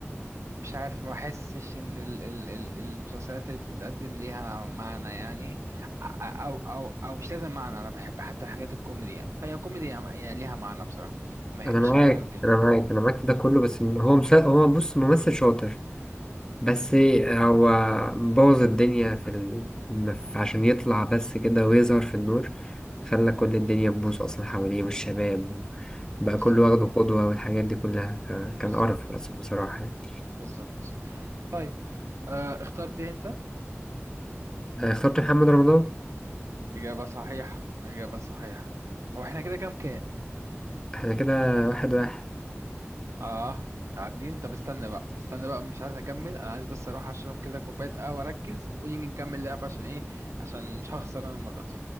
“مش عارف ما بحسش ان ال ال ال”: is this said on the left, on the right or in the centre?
Right